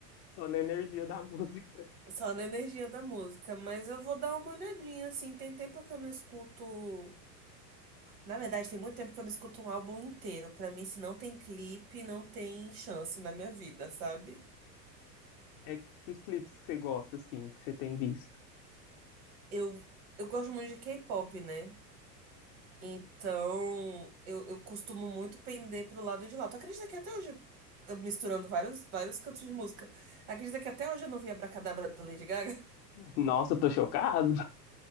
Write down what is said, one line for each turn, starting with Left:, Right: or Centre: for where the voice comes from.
Left: só na energia da <laughs> música.
Right: Só na energia da música. Mas eu vou dar uma olhadinha, assim. Tem tempo que eu não escuto. Na verdade, tem muito tempo que eu não escuto um álbum inteiro. Pra mim, se não tem clipe, não tem chance na minha vida, sabe?
Left: É, que clipes que você gosta, assim, que você tem visto?
Right: Eu, eu gosto muito de K-pop, né? Então, eu, eu costumo muito pender pro lado de lá. Tu acredita que até hoje, eu misturando vários, vários cantos de música, acredita que até hoje eu não vi Abracadabra da Lady Gaga?
Left: Nossa, eu tô chocado.